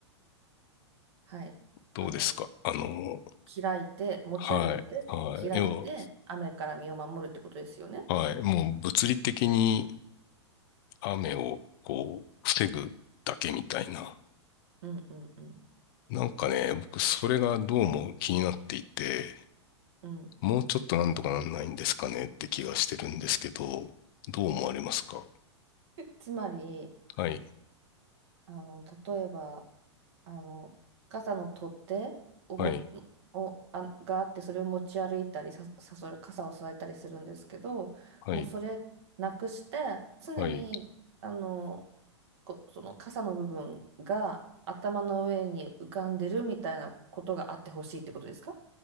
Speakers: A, on the right; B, on the left.
A: はい。
B: どうですかあのー
A: あの、開いて、持ち歩いて、
B: はい。はい。
A: 開いて、
B: 要
A: 雨から身を守るってことですよね。
B: は、はい。もう物理的に雨をこう、防ぐだけみたいな。
A: うんうんうん。
B: なんかね、僕それがどうも気になっていて、
A: うん。
B: もうちょっとなんとかなんないんですかねって気がしてるんですけど、どう思われますか
A: つまり、
B: はい、
A: あの、例えば、あの、傘の取っ手をも、
B: はい、
A: を、あ、があって、それを持ち歩いたり、さ、さ、それ、傘を支えたりするんですけど、
B: はい、
A: もうそれなくして、常に、
B: はい。
A: あの、こ、その傘の部分が頭の上に浮かんでるみたいなことがあってほしいってことですか